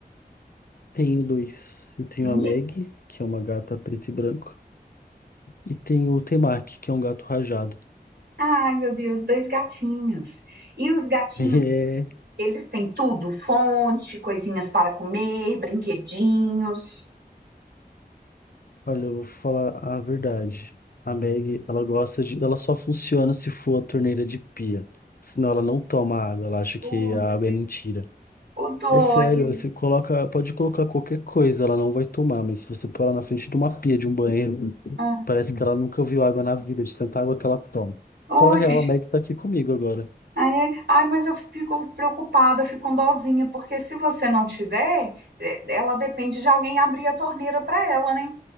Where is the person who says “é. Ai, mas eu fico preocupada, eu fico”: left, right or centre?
Right